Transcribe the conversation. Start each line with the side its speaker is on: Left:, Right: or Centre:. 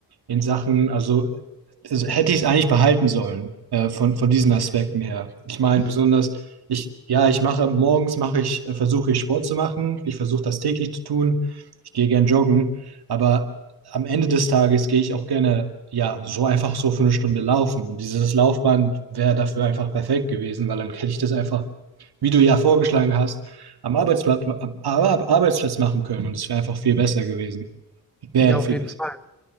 Right: in Sachen, also, also hätte ich es eigentlich behalten sollen äh, von, von diesen Aspekten her. Ich meine,
Centre: Mhm.
Right: besonders ich, ja, ich mache morgens mache ich, äh, versuche ich Sport zu machen. Ich versuche das täglich zu tun. Ich gehe gern joggen, aber am Ende des Tages gehe ich auch gerne, ja, so einfach so für eine Stunde laufen. Und dieses Laufband wäre dafür einfach perfekt gewesen, weil dann hätte ich das einfach, wie du ja vorgeschlagen hast, am Arbeitsplatz, am Ar- Arbeitsplatz machen können. Und es wäre einfach viel besser gewesen. Wäre
Centre: Ja,
Right: Ja. viel
Centre: auf jeden
Right: besser
Centre: Fall.